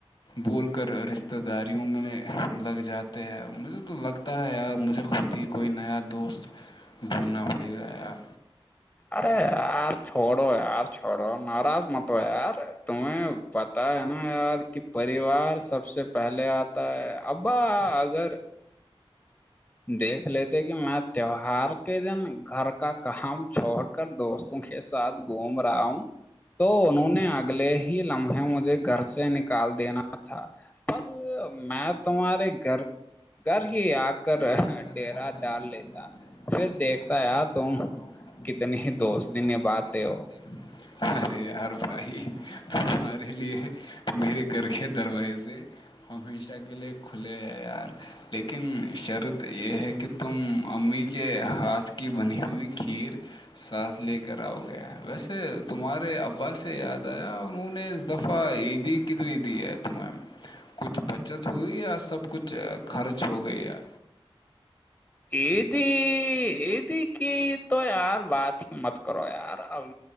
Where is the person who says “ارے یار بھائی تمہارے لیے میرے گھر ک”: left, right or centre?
Left